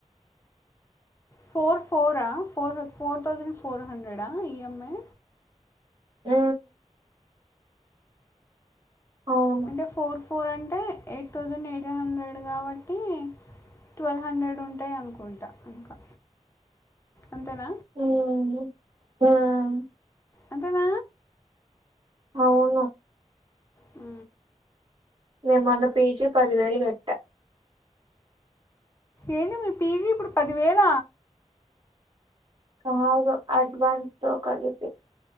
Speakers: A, on the left; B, on the right.
A: ఫోర్ ఫోరా ఫోర్ ఫోర్ తౌసండ్ ఫోర్ హండ్రెడా ఈఎంఐ
B: ఉ అవును
A: అంటే ఫోర్ ఫూర్ అంటే ఎయిట్ థౌజండ్ ఎయిట్ హండ్రెడ్ కాబట్టి ట్వెల్వ్ హండ్రెడ్ ఉంటాయి అనుకుంటా ఇంకా అంతేన
B: ఉమ్ ఉమ్
A: అంతేన
B: అవున
A: హు
B: నే మ్మొన్న పీజీ పదివేలు కట్ట
A: ఏంటి మీ పీజీ ఇప్పుడు పదివేల
B: కాదు అడ్వాన్స్ తో కలిపి